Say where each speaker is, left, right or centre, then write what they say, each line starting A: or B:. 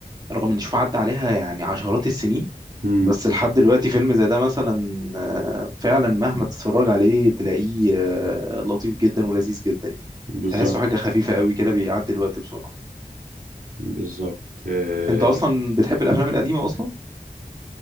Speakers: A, on the right; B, on the right.
A: رغم ان شوف عدى عليها يعني عشرات السنين
B: امم
A: بس لحد دلوقتي فيلم زي ده مثلا آه، فعلا مهما تتفرج عليه تلاقيه آه، لطيف جدا ولذيذ جدا يعني.
B: بالظبط
A: تحسه حاجة خفيفة قوي كده بيعدي الوقت بسرعة
B: بالظبط آه،
A: انت اصلا بتحب الافلام القديمة اصلا